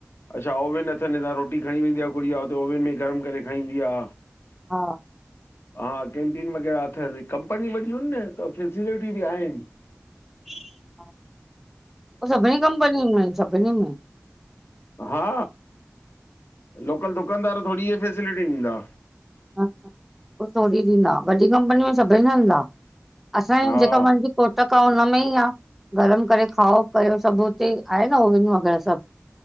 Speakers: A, on the left; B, in the centre.
A: अच्छा ओवन अथनि हितां रोटी खणी वेंदी आ गुड़िया हुते ओवन में गरम करे खाईंदी आ।
B: हा।
A: हा कैंटीन वग़ैरह अथस कंपनी वॾयू न त फैसिलिटियूं बि आहिनि।
B: <inaudible> सभिनी कंपनिनि में सभिनी में।
A: हा, लोकल दुकानदार थोरी इहे फैसिलिटी ॾींदा।
B: पो थोरी ॾींदा, वॾी कंपनी में सभिनी सां हलंदा असांजी
A: हा
B: जेका मुंहिंजी कोटक आ हुन में ई आ। गरम करे खाओ कयो सभु हुते आहे न ओवन वग़ैरह सभु।